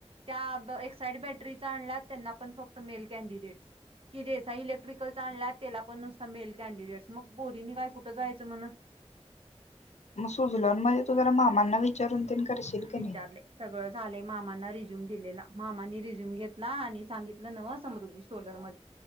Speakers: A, on the right; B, on the left.
A: त्या एक्साइड बॅटरीचा आणला त्यांना पण फक्त मेल कॅनडिडेट्स कि देसाइ इलेक्ट्रिकल आणला,, त्याला पण नूसता मेल कॅनडिडेट्स, मग पोरीनी काय, कुठं जायचं मग <unintelligible>
B: मग सुझलॅन मध्ये तू जरा मामांना विचारून तेन करशील की
A: विचारलय,
B: नाही
A: सगळं झालय, मामांना रिझ्युम दिलेला, मामानी रिझ्युम घेतलाऽ आणि सांगितलं नव समृद्धी सोलर म